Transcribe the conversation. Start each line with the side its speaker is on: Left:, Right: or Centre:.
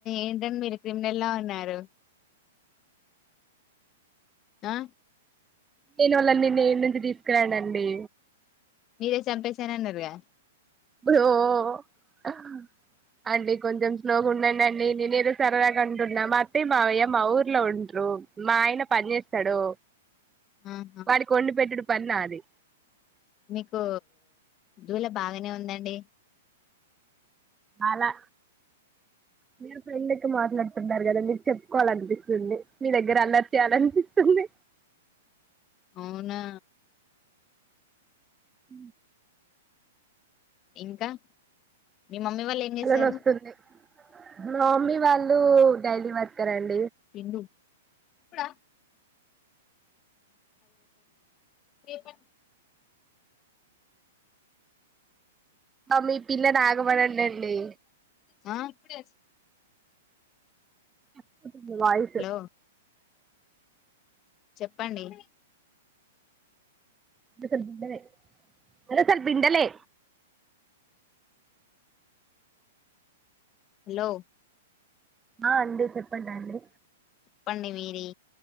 Left: ఏంటండీ మీరు క్రిమినల్లా ఉన్నారు ఆ
Right: నేను వాళ్ళని నేను నుంచి తీసుకురానండి
Left: మీరే చంపేసారు అన్నారుగా
Right: ఓఅండి కొంచెం స్లోగా ఉండనండి నేనుదో సరదాగా అంటున్నా అత్తయ్య మామయ్య మా ఊర్లో ఉంటరు మా ఆయన పని చేస్తాడు
Left: ఆహా
Right: వాడి కి వండి పెట్టడం పని నాది
Left: మీకు దూల బాగానే ఉందండి
Right: అలా మీరు ఫ్రెండ్ లెక్క మాట్లాడుతున్నారు కదా మీకు చెప్పుకోవాలి అనిపిస్తుంది మీ దగ్గర అల్లర్ చేయాలనిపిస్తుంది
Left: అవునా
Right: అ
Left: ఇంకా మీ మమ్మీ వాళ్ళు ఏం చేసారు
Right: అల్లరి వస్తుంది మా మమ్మీ వాళ్ళు డైలీ వర్కర్ అండి
Left: బిందు ఇప్పుడ ఎప
Right: మీ పిల్లని ఆగమనండి
Left: హలో
Right: కట్ అవుతుంది వాయిస్
Left: హలో చెప్పండి
Right: అవ బిండలే అదే స్వల్ బిండలే
Left: హలో
Right: ఆ అండి చెప్పండి అండి
Left: చెప్పండి మీరే